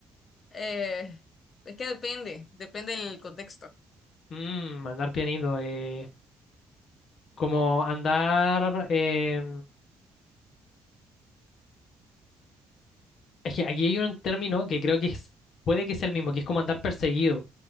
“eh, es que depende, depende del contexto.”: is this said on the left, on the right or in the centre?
Left